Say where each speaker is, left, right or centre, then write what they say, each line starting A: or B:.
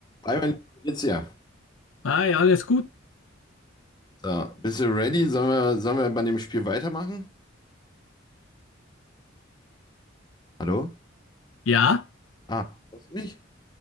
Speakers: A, on the left; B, on the left.
A: Hi, mein Lieber, wie geht's dir?
B: Hi, alles gut?
A: So, bist du ready? Sollen wir, sollen wir bei dem Spiel weitermachen? Hallo?
B: Ja,
A: Ah, hörst du mich?